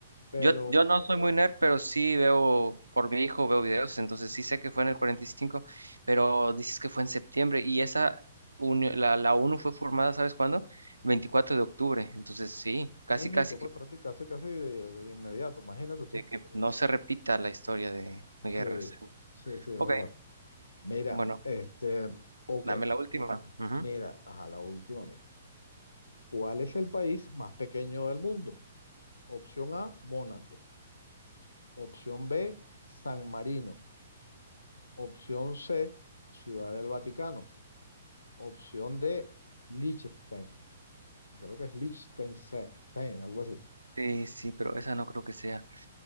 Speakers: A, on the left; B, on the right.
A: pero
B: Yo, yo no soy muy nerd, pero sí veo, por mi hijo veo videos, entonces sí sé que fue en el 45, pero dices que fue en septiembre y esa, uni- la, la ONU fue formada, ¿sabes cuándo? El 24 de octubre, entonces sí, casi,
A: Mismito,
B: casi que,
A: pues prácticamente casi, casi de, de inmediato, imagínate tú.
B: de que no se repita la historia de, de
A: Sí,
B: guerras.
A: sí, sí, hola.
B: Ok,
A: Mira,
B: bueno,
A: este, ok,
B: dame la última. Ujú.
A: mira, ajá, la última, mira. ¿Cuál es el país más pequeño del mundo? Opción A, Mónaco. Opción B, San Marino. Opción C, Ciudad del Vaticano. Opción D, Liechtenstein. Creo que es Liechtenstein, algo así.
B: Sí, sí, pero esa no creo que sea.